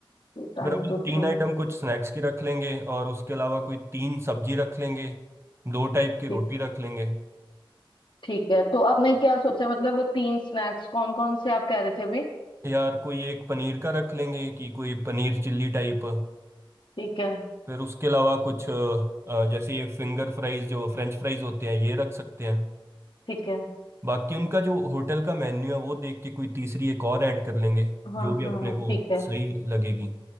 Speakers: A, on the left; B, on the right.
A: तो टाइम
B: फिर अपन
A: तो उतना
B: तीन
A: ही
B: आइटम
A: है।
B: कुछ स्नैक्स की रख लेंगे और उसके अलावा कोई तीन सब्जी रख लेंगे दो टाइप की
A: ठीक
B: रोटी
A: है
B: रख लेंगे
A: ठीक है तो आपने क्या सोचा मतलब वो तीन स्नैक्स कौन कौन से आप कह रहे थे अभी
B: यार कोई एक पनीर का रख लेंगे कि कोई पनीर चिल्ली टाइप
A: ठीक है
B: फिर उसके अलावा कुछ अ, अ, जैसे ये फिंगर फ्राइज जो फ्रेंच फ्राइज होते हैं ये रख सकते हैं
A: ठीक है
B: बाकी उनका जो होटल का मेन्यू है वो देख के कोई तीसरी एक और ऐड कर लेंगे
A: हाँ
B: जो भी
A: हाँ
B: अपने
A: हाँ,
B: को
A: ठीक है
B: सही लगेगी